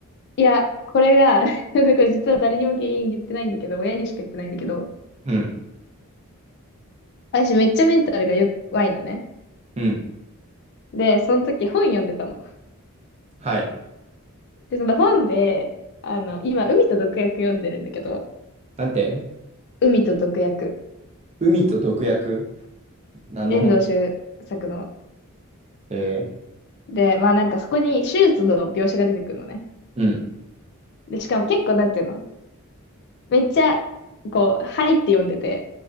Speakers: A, on the left; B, on the right.
A: いや、これが <laughs> なんか実は誰にも原因言ってないんだけど、親にしか言ってないんだけど、
B: うん、
A: 私めっちゃメンタルが弱いのね。
B: うん。
A: で、その時本読んでたの。
B: はい。
A: で、その本で、あの、今、海と毒薬読んでるんだけど、
B: なんて
A: 海と毒薬、
B: 海と毒薬何の本
A: 遠藤周作の。
B: え
A: で、まあなんかそこに手術の描写が出てくるのね。
B: ー、うん。
A: で、しかも結構、なんていうの、めっちゃ、こう、入って読んでて、